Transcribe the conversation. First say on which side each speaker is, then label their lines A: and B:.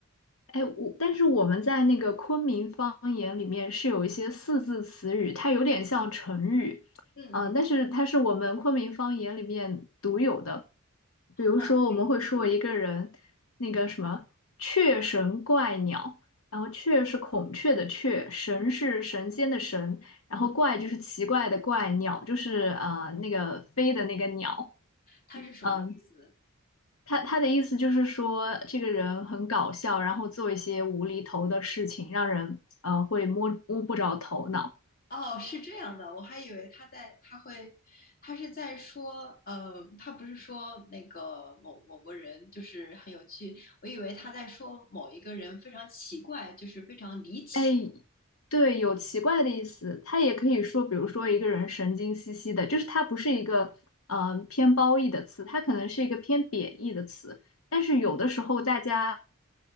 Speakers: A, on the left; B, on the left.
A: 哎，我但是我们在那个昆明方言里面是有一些四字词语，它有点像成语，
B: 嗯嗯，
A: 嗯、但是它是我们昆明方言里面独有的。比如说，
B: 哦，可以，
A: 我们会说一个人那个什么“雀神怪鸟”，
B: 举
A: 然后“雀”是孔雀的“雀”，“神”是神仙的“神”，
B: 嗯
A: 然后“怪”就是奇怪的“怪”，
B: 嗯。
A: “鸟”就是呃那个飞的那个鸟，
B: 他是什么意思？
A: 嗯、他他的意思就是说，这个人很搞笑，然后做一些无厘头的事情，让人呃会摸摸不着头脑。
B: 哦，是这样的，我还以为他在他会，他是在说，呃，他不是说那个某某个人就是很有趣，我以为他在说某一个人非常奇怪，就是非常离奇。
A: 哎，对，有奇怪的意思。他也可以说，比如说一个人神经兮兮的，就是它不是一个呃偏褒义的词，它可能是一个偏贬义的词。但是有的时候大家